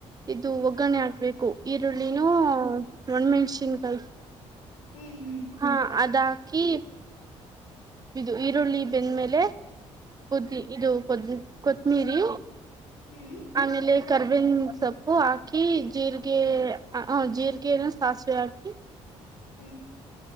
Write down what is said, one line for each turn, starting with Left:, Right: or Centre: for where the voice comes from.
Right: ಇದು ಒಗ್ಗರಣೆ
Left: ಹ್ಮ್ ಹ್ಮ್ ಹ್ಮ್ ಹ್ಮ್
Right: ಆಕ್ಬೇಕು ಈರುಳ್ಳಿನೂ ಒಣ ಮೆಣಸಿನ್ಕಾಯಿ
Left: ಹ್ಮ್
Right: ಹಾ ಅದ ಹಾಕಿ ಇದು ಈರುಳ್ಳಿ ಬೆಂದ್ಮೇಲೆ ುದ್ದಿ ಇದು ಕೊತ್ತಮಿರಿ
Left: ಹ್ಮ್
Right: ಆಮೇಲೆ ಕರ್ಬಿನ ಸೊಪ್ಪು ಹಾಕಿ ಜೀರಿಗೆ ಜೀರಿಗೆನ ಸಾಸಿವೆ ಹಾಕಿ
Left: ಹ್ಮ